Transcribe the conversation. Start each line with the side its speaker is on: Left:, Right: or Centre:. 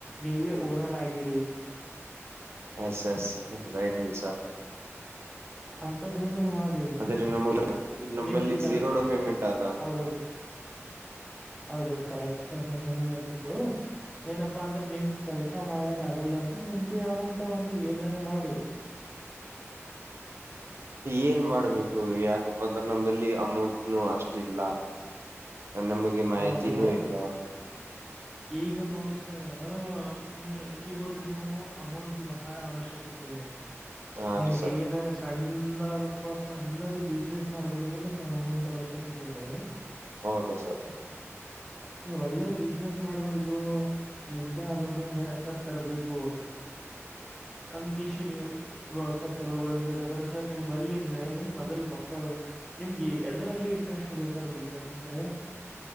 Centre: ನೀವೇ ಓನರ್ ಆಗಿರಿ
Right: ಎಸ್ ಎಸ್ ರೈಟ್ನ್ ಸರ್
Centre: ಅಂತದ ಏನೇನು ಮಾಡ
Right: ಆದ್ರೆ ನಮಗ ನಂಬಲ್ಲಿ
Centre: ನಿಮ್ಗ ಕೆಲ್
Right: ಝೀರೋ ಡೌನ್ ಪೇಮೆಂಟ್ ಆದ
Centre: ಹೌದೌದು ಹೌದೌದು ಕರೆಕ್ಟ್ ಸರ್ ಹೇಳತಿದ್ದು ಏನಪ್ಪಾ ಅಂದ್ರೆ ನಿಮ್ ಕೆಲ್ಸ ಮಾಡ್ಲಕ್ ಆಗಲ್ಲ ಅಂದ್ರೆ ನಿಮ್ದೇ ಆದಂತ ಒಂದು ಏನಾರ ಮಾಡಿ
Right: ಹ
Centre: ಹ
Right: ಏನ್ ಮಾಡ್ಬೇಕು ಯಾಕ ಪ್ಪ ಅಂದಾಗ ನಂಬಲ್ಲಿ ಅಮೌಂಟ್ನು ಅಷ್ಟ ಇಲ್ಲ ನಮಗೆ ಮಾಹಿತಿನೂ
Centre: ಹೌದು
Right: ಇಲ್ಲ
Centre: ಈಗ ನೋಡಿ ಸರ್ ನೀವು್ ಎಲ್ಲಿ ಹೋದ್ರೂನು ಅಮೌಂಟ್್ದ ಬಹಳ ಅವಶ್ಯಕತೆ ಇದೆ
Right: ಹಾ
Centre: ನೀವು
Right: ರೀ ಸರ್
Centre: ಏನ್ರ ಸಣ್ಣ ಪ್ಪ ಸಣ್ಣದು ಬಿಸ್ನೆಸ್ ಮಾಡ್ಬೇಕಂದ್ರೆ ನಿಮ್ಗೆ ಗಮೆಂಟ್ ಅವಶ್ಯಕತೆ ಇದೆ
Right: ಹೌದು ಸರ್ ಹ
Centre: ನೀವು ಒಳ್ಳೆ ಬಿಸ್ನೆಸ್ ಮಾಡ್ಬೇಕು ನಿಮ್ದೇ ಆದಂದ ಒಂದು ಹೆಸರು ತರಬೇಕು <unintelligible> ಅಂದಕಸಿ ನೀವು್ ರೊಕ್ಕ ಚಲೋ ೊಳಿಸ್ಬೇಕಂದ್ರೆ ಸರ್ ನಿಮ್ ಬಲ್ಲಿ ಮ ಮೊದಲ್ ರೊಕ್ಕ ನಿಮ್ಗೆ ಎದರಲ್ಲಿ ಇಂಟ್ರೆಸ್ಟ್ ಇದೆ ಸರ್ ಬಿಸ್ನೆಸ್ ಅಂದ್ರೆ